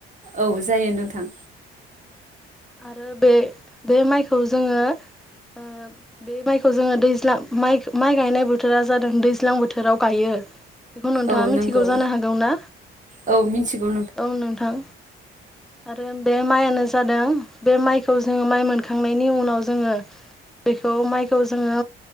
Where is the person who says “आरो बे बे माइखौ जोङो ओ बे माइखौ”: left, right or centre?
Centre